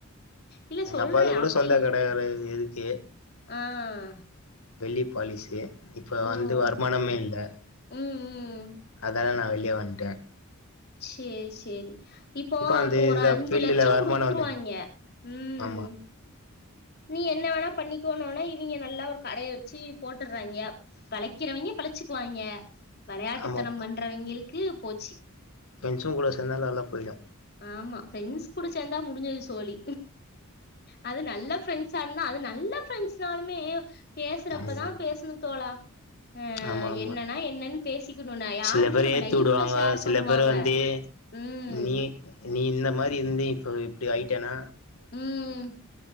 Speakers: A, on the left; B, on the left.
A: இல்ல
B: எங்க
A: சொல்றேன்
B: அப்பாது கூட
A: அப்படி
B: சொந்த கெட யாது இருக்கு
A: ஆஹ்
B: வெள்ளி பாலிசு இப்ப
A: ஓ
B: வந்து வருமானமே இல்ல
A: ம் ம்
B: அதா நா வெளிய வன்ட்ட
A: சேரி சேரி இப்போ
B: அந்த
A: அப்போ
B: இதுல
A: ஒரு அஞ்சு
B: ஃபீல்டுல
A: லட்சம்
B: வருமானம்
A: குடுத்துருவாய்ங்க
B: வந்த
A: உம்
B: ஆமா
A: நீ என்ன வேணா பண்ணிக்கோனோன்ன இவிங்க நல்லா ஒரு கடய வச்சு போட்டுறாய்ங்க பிழைக்கிறவங்க பிழச்சிக்குவாய்ங்க வெளையாட்டுத்தனம்
B: ஆமாப்பா
A: பண்றவிங்களுக் க்கு போச்சி
B: ஃப்ரெண்ட்ஸுங் கூட சேந்தாலு நல்லா போயிடு
A: ஆமா பிரெண்ட்ஸ் கூட சேந்தா முடிஞ்சது சோலி அது நல்ல ஃப்ரெண்ட்ஸா இருந்தா அது நல்ல ஃப்ரெண்ட்ஸ்னாலுமே பேசுறப்பதா
B: ம்
A: பேசுணு தோழா அஹ்
B: ஆமா ஆமா
A: என்னன்னா என்னன்னு பேசிக்கணும்னா யாருமே
B: சில பேர்
A: நம்ம
B: ஏத்தி
A: லைஃப்ல
B: உடுவாங்க
A: ஷேர்
B: சில
A: பண்ணுவாங்க
B: பேர் வந்து
A: உம்
B: நீ நீ இந்த மாரி இருந்து இப்போ இப்டி ஆய்ட்டனா
A: உம்